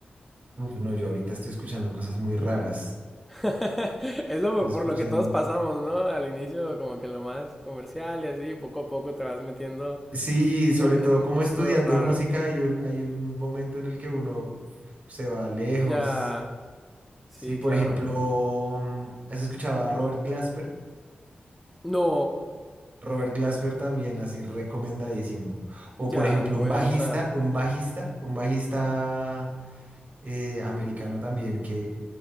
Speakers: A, on the right (about 45°); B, in the centre.
A: Uf, no, yo ahorita estoy escuchando cosas muy raras.
B: <laughs> Es lo
A: Estoy escuchando.
B: por lo que todos pasamos, ¿no? Al inicio como que lo más comercial y así, poco a poco te vas metiendo
A: Sí, sobre
B: en, en
A: todo
B: un
A: como
B: gusto
A: estudiando
B: raro.
A: música hay un, hay un momento en el que uno se va lejos.
B: Ya, sí,
A: Sí, por
B: claro.
A: ejemplo, mm, ¿has escuchado a Robert Glasper?
B: No,
A: Robert Glasper también, así recomendadísimo. O
B: ya,
A: por ejemplo,
B: lo voy
A: un bajista,
B: a anotar.
A: un bajista, un bajista eh, americano también que